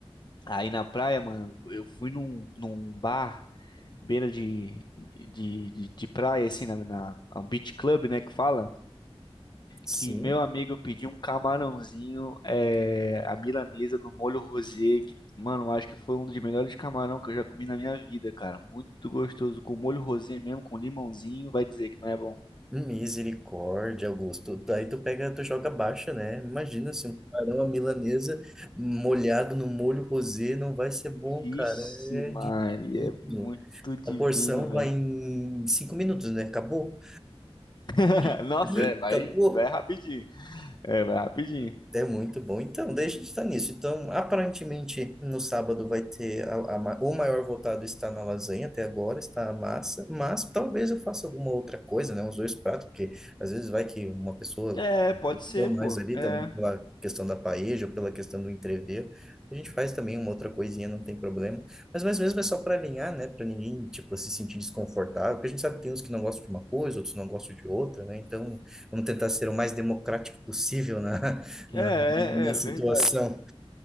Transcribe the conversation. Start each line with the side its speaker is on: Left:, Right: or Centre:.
Left: Aí na praia, mano, eu fui num, num bar, beira de, de, de, de praia, assim, na, na, um beach club, né? Que fala
Centre: Sim.
Left: que meu amigo pediu um camarãozinho, é, a milanesa no molho rosé, que, mano, acho que foi um dos melhores camarão que eu já comi na minha vida, cara. Muito gostoso, com molho rosé mesmo, com limãozinho, vai dizer que não é bom.
Centre: Misericórdia, Augusto. Aí tu pega, tu joga baixa, né? Imagina se um camarão à milanesa molhado no molho rosé não vai ser bom,
Left: Vixe,
Centre: cara. É
Left: Maria,
Centre: de tudo.
Left: é muito divino,
Centre: A porção vai
Left: velho.
Centre: em cinco minutos, né? Acabou.
Left: <laughs>
Centre: <laughs>
Left: Nossa, é, vai,
Centre: Acabou.
Left: vai rapidinho. É, vai rapidinho.
Centre: É muito bom. Então, deixa de estar nisso. Então, aparentemente, no sábado vai ter a, a ma- o maior votado está na lasanha até agora, está a massa, mas talvez eu faça alguma outra coisa, né? Uns dois pratos, porque às vezes vai que uma pessoa
Left: É, pode ser,
Centre: deu mais
Left: pô.
Centre: ali
Left: É,
Centre: também pela questão da paeja ou pela questão do entrever. A gente faz também uma outra coisinha, não tem problema. Mas mais mesmo é só para alinhar, né? Para ninguém, tipo, se sentir desconfortável, porque a gente sabe que tem uns que não gostam de uma coisa, outros não gostam de outra, né? Então, Vamos tentar ser o mais democrático possível na, <laughs>
Left: é,
Centre: na, na
Left: é, é
Centre: situação.
Left: verdade.